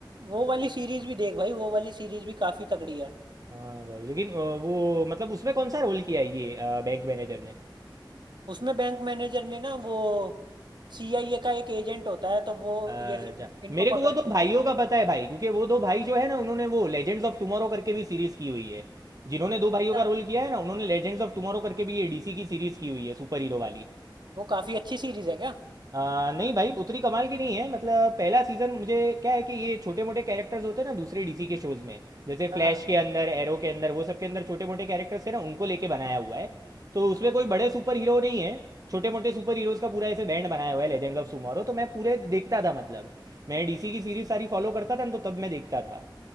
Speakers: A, on the right; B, on the right.
A: वो वाली सीरीज भी देख भाई वो वाली सीरीज भी काफी तगड़ी है
B: हाँ भाई लेकिन अ, वो मतलब उसमें कौन सा रोल किया है ये अ, बैंक मैनेजर ने
A: उसमें बैंक मैनेजर ने ना वो सीआईए का एक एजेंट होता है तो वो
B: अच्छा
A: ये सब इनको
B: मेरे को
A: पकड़ते
B: वो दो भाइयों
A: हैं
B: का पता है भाई क्योंकि वो दो भाई जो है ना उन्होंने वो लेजेंड्स ऑफ टुमारो करके भी सीरीज की हुई है जिन्होंने दो
A: अच्छा
B: भाइयों का रोल किया है ना उन्होंने लेजेंड्स ऑफ टुमारो करके भी ये डीसी की सीरीज की हुई है सुपर हीरो वाली
A: वो काफी अच्छी सीरीज है क्या
B: आ, नहीं भाई उतनी कमाल की नहीं है मतलब पहला सीजन मुझे क्या है कि ये छोटे मोटे कैरेक्टर्स होते हैं ना दूसरे डीसी के शोज में जैसे
A: हाँ
B: फ्लैश के अंदर एरो के अंदर वो सब के अंदर छोटे मोटे कैरेक्टर्स थे ना उनको लेके बनाया हुआ है तो उसमें कोई बड़े सुपर हीरो नहीं है छोटे मोटे सुपर हीरोज का पूरा ऐसे बैंड बनाया हुआ है लेजेंड्स ऑफ सुमारो तो मैं पूरे देखता था मतलब मैं डीसी की सीरीज सारी फॉलो करता था ना तो तब मैं देखता था